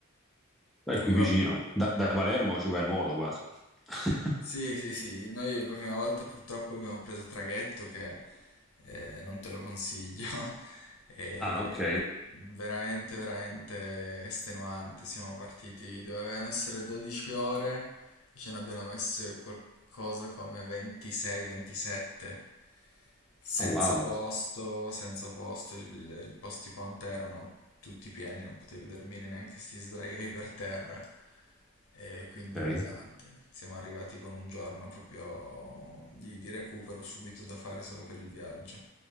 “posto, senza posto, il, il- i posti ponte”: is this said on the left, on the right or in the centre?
Left